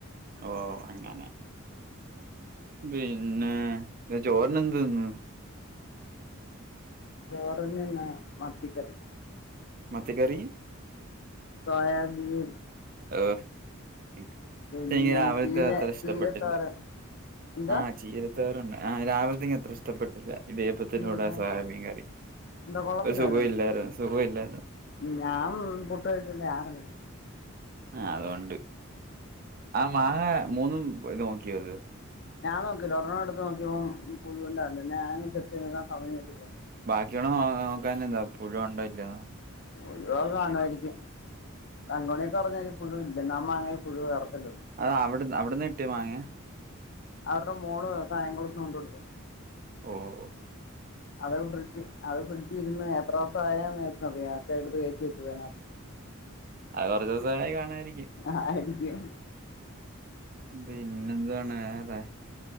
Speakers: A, on the right; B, on the left.
A: ഓ അങ്ങനെ. പിന്നെ ചോറിന് എന്തുതിന്ന്?
B: ചോറിനെന്ന മത്തിക്കറി.
A: മത്തി കറി.
B: സോയാബീൻ.
A: ഓഹാ... !
B: പിന്നെ
A: എനിക്ക് രാവിലത്തെ
B: ചീര
A: അത്ര ഇഷ്ടപ്പെട്ടില്ല
B: ചീരത്തോരൻ എന്തോ
A: ആഹ ചീര- <unintelligible> രാവിലത്തെ അത്ര ഇഷ്ടപ്പെട്ടില്ല. ഇടിയപ്പത്തിന്റെ
B: എന്താ
A: കൂടെ സഹ മീൻ കറി
B: എന്തോ കൊള്ളത്തില്ലായിരുന്നു
A: ഒരു സുഖമില്ലരുന്നു സുഖം ഇല്ലായിരുന്നു
B: ഞാൻ പുട്ട് കഴച്ചിട്ടുണ്ട് ആറു മണിക്ക്.
A: ആഹാ അതുകൊണ്ട്, ആ മാങ്ങ മൂന്നും നോക്കിയോ അത്?
B: ഞാൻ നോക്കിയില്ല ഒരെണ്ണം എടുത്ത് നോക്കിയപ്പോ- പുഴുണ്ടരുന്നു പിന്നെ ഞാൻ ചെത്തി എടുക്കാൻ സമയം കിട്ടിയില്ല.
A: ബാക്കിയടെ നോ നോക്കാനല്ലേ പുഴു ഉണ്ടോ ഇല്ലേ എന്ന്.
B: <unintelligible> യിരിക്കും. <unintelligible> പുഴു ഇല്ല <unintelligible>
A: അത അവിട അവിടെന്ന് കിട്ടിയ മാങ്ങയ
B: അവരുടെ മോള് കായംകുളത്തുന്ന് കൊണ്ട് കൊടുത്ത്.
A: ഓ ഓ
B: അത് ഫ്രിഡ്ജ് അത് ഫ്രിഡ്ജ് ഇരുന്ന്, എത്ര ദിവസ ആയാന്ന്ക്കെ അറിയാ എടുത്തുകയറ്റി വെച്ചു. അതിനകത്ത്.
A: അത് കൊറച്ച് ദിവസ ആയി കാണായിരിക്കും
B: അ ആയിരം രൂപാണ്
A: പിന്നെന്താണ് വേറെ